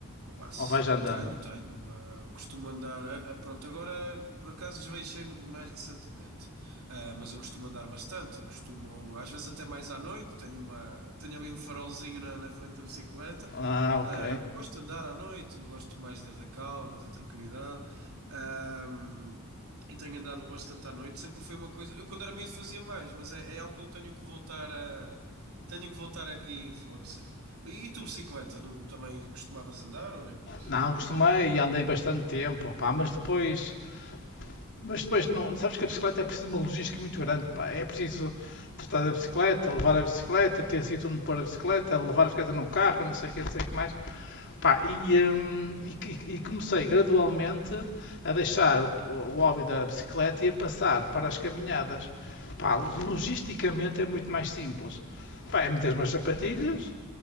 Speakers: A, on the right (about 70°); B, on the left (about 55°).
A: Opa, se-
B: Ou vais andando?
A: tenho, tenho. ah, costumo andar. ah, ah, pronto, agora por acaso desveixei-me mais recentemente. Ah, mas eu costumo andar bastante. eu Costumo, às vezes até mais à noite. Tenho uma, tenho ali um farolzinho na, na frente da bicicleta.
B: Ah, ok.
A: Ah, gosto de andar à noite. Gosto mais da, da calma, da tranquilidade. Ah, e tenho andado bastante à noite. Sempre foi uma coisa. Eu quando era miúdo fazia mais, mas é, é algo que eu tenho que voltar a. Tenho que voltar aqui em força. E tu, bicicleta, não, também costumavas andar ou nem por isso?
B: Não, costumei e andei bastante tempo, pá, mas depois, mas depois não, sabes que a bicicleta é preciso uma logística muito grande, pá. É preciso tratar da bicicleta, levar a bicicleta, ter sítio onde pôr a bicicleta, levar a bicicleta no carro, não sei o que, não sei o que mais. Pá, e, hum, e e comecei gradualmente a deixar o, o hobby da bicicleta e a passar para as caminhadas. Pá, logisticamente é muito mais simples. Pá, é meter umas sapatilhas,